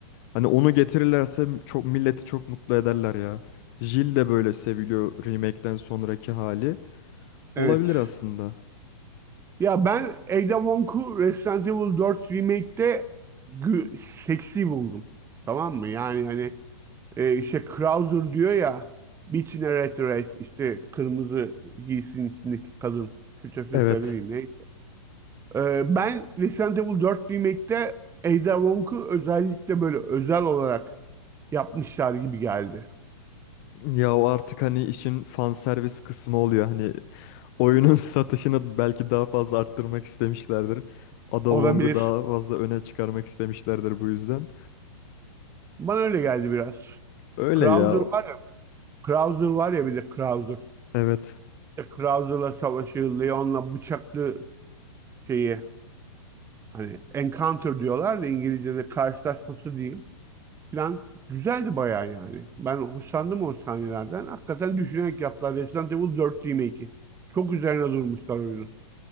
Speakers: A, on the left; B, on the right.
A: Hani onu getirirlerse çok milleti çok mutlu ederler ya. Jill de böyle seviliyor remake'den sonraki hali.
B: Evet.
A: Olabilir aslında.
B: Ya ben Ada Wong'u Resident Evil 4 Remake'te gü- seksi buldum. Tamam mı? Yani hani e, işte Krauser diyor ya Bitch in a Red Dress işte kırmızı giysinin içindeki kadın. Türkçesini
A: Evet.
B: söylemeyeyim neyse. E, ben Resident Evil 4 Remake'te Ada Wong'u özellikle böyle özel olarak yapmışlar gibi geldi.
A: Ya o artık hani işin fan servis kısmı oluyor. Hani oyunun <laughs> satışını belki daha fazla arttırmak istemişlerdir. Ada Wong'u
B: Olabilir.
A: daha fazla öne çıkarmak istemişlerdir bu yüzden.
B: Bana öyle geldi biraz.
A: Öyle
B: Krauser
A: ya.
B: var ya, Krauser var ya bir de Krauser.
A: Evet.
B: İşte Krauser'la savaşı, Leon'la bıçaklı şeyi hani encounter diyorlar da İngilizce'de karşılaşması diyeyim. Plan güzeldi bayağı yani. Ben hoşlandım o sahnelerden. Hakikaten düşünerek yaptılar. Resident Evil 4 remake'i. Çok üzerine durmuşlar oyunun.